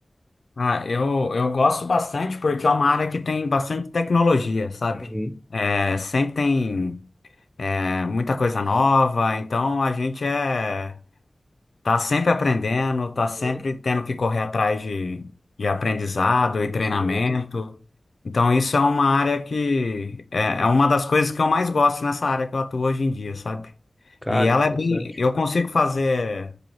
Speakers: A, on the left; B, in the centre.
A: Ah, eu, eu gosto bastante porque é uma área que tem bastante tecnologia, sabe?
B: Uhum,
A: É, sempre tem, é, muita coisa nova, então a gente é Tá sempre aprendendo, tá
B: uhum.
A: sempre tendo que correr atrás de, de aprendizado e treinamento.
B: Sim.
A: Então, isso é uma área que é, é uma das coisas que eu mais gosto nessa área que eu atuo hoje em dia, sabe?
B: Cara,
A: E ela
B: interessante.
A: é bem. Eu consigo fazer,